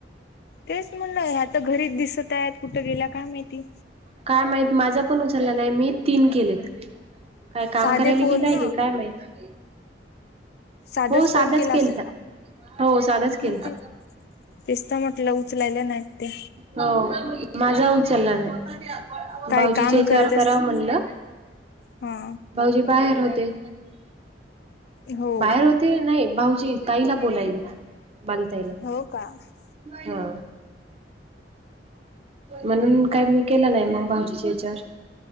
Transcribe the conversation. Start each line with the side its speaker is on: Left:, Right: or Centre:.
Left: तेच म्हणलं ह्या तर घरीच दिसत आहेत कुठं गेल्या काय माहिती
Right: काय माहित माझा पण उचलला नाही मी तीन केलेत काय काम
Left: साधे
Right: करायले
Left: फोन
Right: कि काय
Left: ना
Right: ही काय माहित
Left: साधच
Right: हो
Left: फोन
Right: साधाच
Left: केला
Right: केलता
Left: असेल
Right: हो साधाच केलता
Left: हा ते तेच तर म्हटलं उचलायले नाहीत ते
Right: हो माझा उचलला नाही
Left: काही
Right: भाऊजीच्या
Left: काम
Right: ह्याच्यावर
Left: करत
Right: कराव
Left: असतील
Right: म्हटलं
Left: हा
Right: भाऊजी बाहेर होते
Left: हो
Right: बाहेर होते नाही भाऊजी ताईला बोलायलेत बाली ताईला
Left: हो का हा
Right: हा म्हणून काय मी केला नाही मग भाऊजीच्या याच्यावर